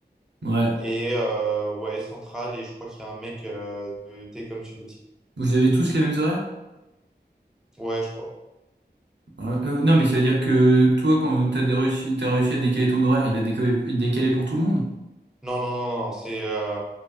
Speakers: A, on the right; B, in the centre.
A: ouais.
B: Et euh, ouais, Central, et je crois qu'il y a un mec euh, de Técom Sud aussi.
A: Vous avez tous les mêmes horaires?
B: Ouais, je crois.
A: Ah, ouais. euh, non, mais ça veut dire que toi, quand t'as des réussi, t'as réussi à décaler ton horaire, il a décalé, décalé pour tout le monde?
B: Non, non, non, non, c'est euh,